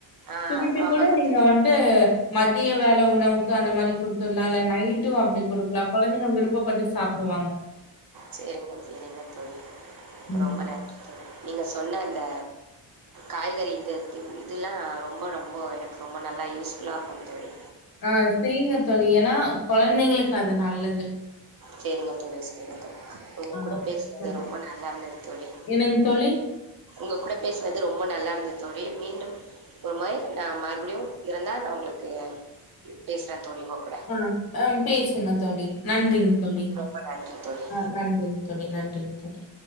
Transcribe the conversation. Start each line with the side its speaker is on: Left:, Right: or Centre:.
Right: ஆ
Left: சுருட்டி
Right: ஆமாங்க
Left: கூட நீங்க
Right: தோழி.
Left: வன்ட்டு மதிய வேல உணவுக்கு அந்த மாரி கொடுத் ல்லால நைட்டு அப்டி குடுக்கலா கொழந்தைங்க விருப்பப்பட்டு சாப்பிடுவாங்க
Right: சேரிங்க சேரிங்க தோழி
Left: ம்.
Right: ரொம்ப நன்றி தோழி நீங்க சொன்ன அந்த காய்கறி இது இதுலா ரொம்ப ரொம்ப எனக்கு ரொம்ப நல்லா யூஸ்ஃபுல்லா இருக்கு தோழி
Left: ஆ செய்ங்க தோழி ஏன்னா கொழந்தைங்களுக்கு அது நல்லது
Right: சேரிங்க தோழி செரிங்க தோழி உங்க
Left: ஆ.
Right: கூட பேஸ்னது
Left: அ
Right: ரொம்ப நல்லா இருந்தது தோழி
Left: என்னங்க தோழி?
Right: உங்க கூட பேஸ்னது ரொம்ப நல்லா இருந்தது தோழி மீண்டும் ஒரு மாரி நா மறுப்டியு இருந்தா நா உங்களுக்கு பேசுறே தோழி உங்க கூட
Left: ஆ. அ பேசுங்க தோழி நன்றிங் தோழி
Right: ரொம்ப நன்றி தோழி.
Left: ஆ நன்றிங்க தோழி நன்றிங்க தோழி